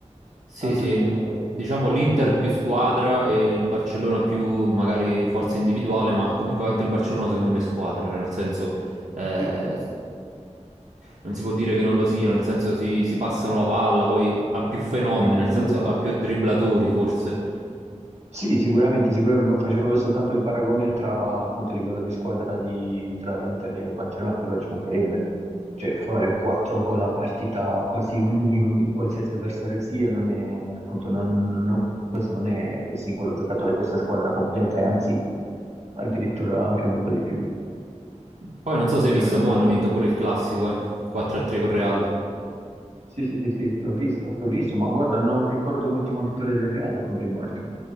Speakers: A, on the right (about 75°); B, on the right (about 60°).
A: Sì,
B: Tanto
A: sì,
B: che
A: diciamo l'Inter
B: appunto,
A: più squadra e il Barcellona più magari forza individuale, ma comunque anche il Barcellona secondo me è squadra, cioè nel senso eh,
B: Sì,
A: s- non si può dire che non lo sia, nel senso si, si passano la palla, poi ha più fenomeni,
B: sì,
A: nel
B: sì,
A: senso
B: sì,
A: ha
B: sì,
A: più
B: sì.
A: dribblatori forse.
B: Sì, Sì, sicuramente, sicuramente. No, facevo soltanto il paragone tra appunto il livello di squadra di, tra Inter e Barcellona, però ci mancherebbe. Cioè, fare quattro gol a partita così ogni, ogni- qualsiasi avversario sia, non è, appunto, non- no, questo non è singolo giocatore, questa è squadra completa e anzi addirittura anche molto di più.
A: Poi non so se hai visto,
B: Eh,
A: mo hanno vinto pure il classico, eh, 4-3 con Real.
B: sì, sì, sì, sì, l'ho visto, l'ho visto, ma guarda, non ricordo l'ultima vittoria del Real contro il Barça.